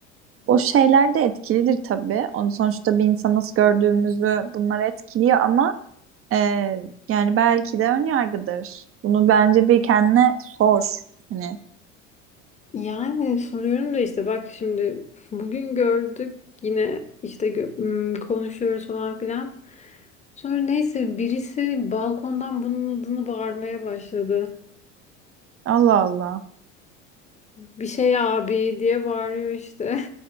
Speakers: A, on the right; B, on the left.
A: o şeyler de etkilidir tabii. Onu sonuçta bir insan nasıl gördüğümüzü bunlar etkiliyor ama e, yani belki de ön yargıdır. Bunu bence bir kendine sor. Hani
B: Yani soruyorum da işte bak şimdi bugün gördük yine işte gö- m, konuşuyoruz falan filan. Sonra neyse birisi balkondan bunun adını bağırmaya başladı.
A: Allah Allah.
B: bir şey abi diye bağırıyor işte.